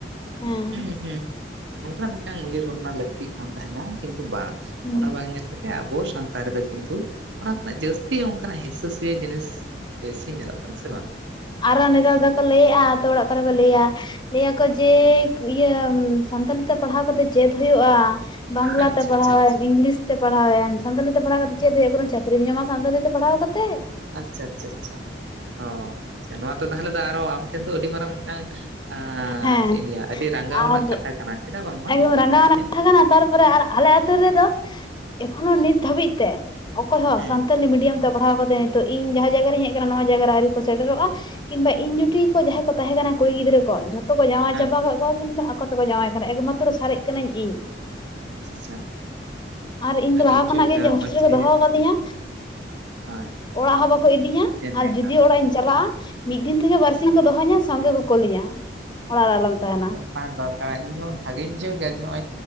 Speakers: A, on the left; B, on the right.
A: ᱦᱮᱸ
B: ᱦᱩᱸᱦᱩᱸ ᱱᱚᱝ ᱠᱟᱱᱟᱜ ᱢᱤᱫᱴᱟᱝ ᱩᱭᱦᱟᱹᱨ ᱵᱷᱟᱵᱽᱱᱟ ᱞᱟᱹᱠᱛᱤᱜ ᱠᱟᱱ ᱛᱟᱦᱮᱱᱟ ᱠᱤᱱᱛᱩ ᱵᱟᱝ
A: ᱦᱩᱸ
B: ᱚᱱᱟ ᱵᱟᱝ ᱧᱮᱞ ᱛᱮ ᱟᱵᱚ ᱥᱟᱶᱛᱟ ᱨᱮ ᱫᱚ ᱠᱤᱱᱛᱩ ᱚᱱᱟ ᱠᱷᱚᱱᱟᱜ ᱡᱟᱹᱥᱛᱤ ᱚᱱᱠᱟᱱᱟᱜ ᱦᱤᱸᱥᱟᱹ ᱥᱩᱭᱟᱹ ᱡᱤᱱᱤᱥ ᱵᱮᱥᱤ ᱧᱮᱞᱚᱜ ᱠᱟᱱᱟ ᱥᱮ ᱵᱟᱝ
A: ᱟᱨᱦᱚᱸ ᱱᱮᱛᱟᱨ ᱫᱚᱠᱚ ᱞᱟᱹᱭᱮᱜᱼᱟ ᱟᱹᱛᱩ ᱚᱲᱟᱜ ᱠᱚᱨᱮ ᱠᱚ ᱞᱟᱹᱭᱟ ᱞᱟᱹᱭᱟᱠᱚ ᱡᱮ
B: ᱦᱩᱸ,
A: ᱤᱭᱟᱹ ᱥᱟᱱᱛᱟᱞᱤ ᱛᱮ ᱯᱟᱲᱦᱟᱣ ᱠᱟᱛᱮ ᱪᱮᱫ ᱦᱩᱭᱩᱜᱼᱟ ᱵᱟᱝᱞᱟ
B: ᱟᱪᱪᱷᱟ
A: ᱛᱮ ᱯᱟᱲᱦᱟᱣ
B: ᱟᱪᱪᱷᱟ ᱟᱪᱪᱷᱟ
A: ᱤᱝᱞᱤᱥ ᱛᱮ ᱯᱟᱲᱦᱟᱣᱮᱱ ᱥᱟᱱᱛᱟᱲᱤ ᱛᱮ ᱯᱟᱲᱦᱟᱣ ᱠᱟᱛᱮ ᱪᱮᱫ ᱦᱩᱭᱩᱜᱼᱟ ᱠᱚᱱᱚ ᱪᱟᱹᱠᱨᱤ ᱧᱟᱢᱚᱜᱼᱟ ᱥᱟᱱᱛᱟᱲᱤ ᱛᱮ ᱯᱟᱲᱦᱟᱣ ᱠᱟᱛᱮ
B: ᱟᱪᱪᱷᱟ ᱟᱪᱪᱷᱟ ᱟᱪᱪᱷᱟ ᱱᱚᱣᱟ ᱫᱚ ᱛᱟᱦᱚᱞᱮ ᱫᱚ ᱟᱨᱦᱚᱸ ᱟᱢ ᱴᱷᱮᱱ ᱫᱚ ᱟᱹᱰᱤ ᱢᱟᱨᱟᱝ ᱢᱤᱫᱴᱟᱝ ᱟᱨ
A: ᱦᱮᱸ
B: ᱪᱮᱫ ᱤᱧ ᱞᱟᱹᱭᱟ ᱟᱹᱰᱤ ᱨᱟᱸᱜᱟᱣᱟᱱᱟᱜ
A: ᱟᱨ
B: ᱨᱮᱱᱟᱜ ᱠᱟᱛᱷᱟ ᱠᱟᱱᱟ ᱪᱮᱫᱟᱜ ᱵᱟᱝ ᱵᱟᱝ
A: ᱮᱠᱫᱚᱢ ᱨᱟᱸᱜᱟᱣᱟᱱᱟᱜ
B: ᱦᱮᱸ
A: ᱠᱟᱛᱷᱟ ᱠᱟᱱᱟ ᱛᱟᱨᱯᱚᱨᱮ ᱟᱨ ᱟᱞᱮ ᱟᱛᱳ ᱨᱮᱫᱚ ᱮᱠᱷᱚᱱᱬᱳ ᱱᱤᱛ ᱫᱷᱟᱹᱵᱤᱡ ᱛᱮ ᱚᱠᱚᱭ ᱦᱚᱸ
B: ᱦᱩᱸ
A: ᱥᱟᱱᱛᱟᱞᱤ ᱢᱤᱰᱤᱭᱟᱢ ᱛᱮ ᱯᱟᱲᱦᱟᱣ ᱠᱟᱜ ᱠᱟᱛᱮ ᱱᱤᱛᱚᱜ ᱤᱧ ᱡᱟᱦᱟᱸ ᱡᱟᱭᱜᱟ ᱨᱤᱧ ᱦᱮᱡ ᱟᱠᱟᱱᱟ ᱱᱚᱣᱟ ᱡᱟᱭᱜᱟ ᱨᱮ ᱟᱹᱣᱨᱤ ᱠᱚ ᱥᱮᱴᱮᱨᱚᱜᱼᱟ ᱠᱤᱢᱵᱟ ᱤᱧ ᱡᱩᱴᱤ ᱠᱚ ᱡᱟᱦᱟᱸᱭ ᱠᱚ ᱛᱟᱦᱮᱸ ᱠᱟᱱᱟ ᱠᱩᱲᱤ ᱜᱤᱫᱽᱨᱟᱹ ᱠᱚ ᱡᱷᱚᱛᱚ ᱠᱚ ᱡᱟᱶᱟᱭ
B: ᱦᱮᱸ
A: ᱪᱟᱵᱟ ᱠᱟᱜ ᱠᱚᱣᱟ ᱠᱤᱱᱛᱩ ᱟᱠᱚ ᱛᱮᱠᱚ ᱡᱟᱶᱟᱭ ᱠᱟᱱᱟ ᱮᱠᱢᱟᱛᱨᱚ ᱥᱟᱨᱮᱡ ᱠᱟᱹᱱᱟᱹᱧ ᱤᱧ
B: ᱟᱪᱪᱷᱟ ᱟᱪᱪᱷᱟ
A: ᱟᱨ ᱤᱧ
B: ᱵᱷᱟᱜᱤᱧ
A: ᱫᱚ ᱞᱟᱦᱟ
B: ᱵᱩᱡᱷᱟᱹᱣ
A: ᱠᱷᱚᱱᱟᱜ
B: ᱠᱮᱜᱼᱟ
A: ᱜᱮ
B: ᱱᱚᱜᱼᱚᱭ
A: ᱦᱳᱥᱴᱮᱞ ᱨᱮᱠᱚ
B: ᱡᱮ
A: ᱫᱚᱦᱚ ᱟᱠᱟᱫᱤᱧᱟ
B: ᱦᱳᱭ
A: ᱚᱲᱟᱜ ᱦᱚᱸ ᱵᱟᱠᱚ ᱤᱫᱤᱧᱟ
B: ᱧᱮᱞ ᱢᱮ
A: ᱟᱨ ᱡᱩᱫᱤ ᱚᱲᱟᱜ ᱤᱧ ᱪᱟᱞᱟᱜᱼᱟ ᱢᱤᱫ ᱫᱤᱱ ᱛᱷᱮᱠᱮ ᱵᱟᱨᱥᱤᱧ ᱠᱚ ᱫᱚᱦᱚ ᱭᱤᱧᱟ ᱥᱚᱸᱜᱮ ᱠᱚ ᱠᱩᱞᱤᱧᱟ ᱚᱲᱟᱜ ᱨᱮ ᱟᱞᱚᱢ ᱛᱟᱦᱮᱱᱟ
B: ᱵᱟᱝ ᱵᱟᱝ ᱵᱟ ᱤᱧ ᱦᱚ ᱵᱷᱟᱜᱤᱧ ᱵᱩᱡᱷᱟᱹᱣ ᱠᱮᱫᱼᱟ ᱡᱮ ᱱᱚᱜᱼᱚᱭ